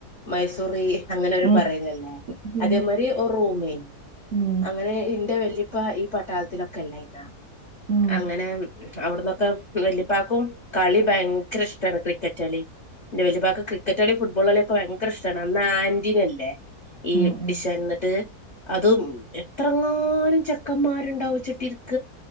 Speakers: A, on the left; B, on the right.
A: മൈസൂറി അങ്ങനെ ഓര്
B: ഉം
A: പറയുലല്ലോ അതേമാരി
B: ഉം
A: ഒരു റൂമെ
B: ഉം
A: അങ്ങനെ ഇന്റെ വല്ലിപ്പ ഈ പട്ടാളത്തിലൊക്കെ അല്ലേയ്ന്നാ
B: ഉം
A: അങ്ങനെ മ് അവിടന്നൊക്കെ വെല്ലിപ്പാക്കും കളി ഭയങ്കര ഇഷ്ടമാണ് ക്രിക്കറ്റ് കളി. എന്റെ വല്ലിപ്പാക്ക് ക്രിക്കറ്റ് കളീം ഫുട്ബാൾ കളിയൊക്കെ ഭയങ്കരഷ്ടമാണ് അന്ന് ആന്റീ അല്ലേ. ഈ
B: ഉം
A: വിശ
B: ഉം
A: എന്നത് അതും എത്രങ്ങാനും ചെക്കന്മാരുണ്ടാവും ചെട്ടിനിക്ക.